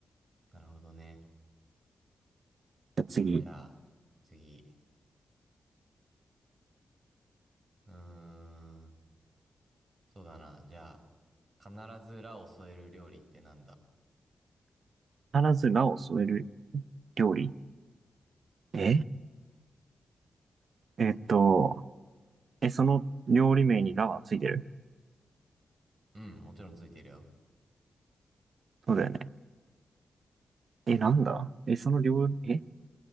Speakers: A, on the right; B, on the right.
A: なるほどね。
B: じゃあ次。
A: じゃあ、次。うーん。そうだな。じゃあ、必ずらを添える料理ってなんだ
B: 必ずラを添える料理。ええっと、え、その料理名にラはついてる
A: うん、もちろんついてるよ。
B: そうだよね。え、なんだえ、その料理、え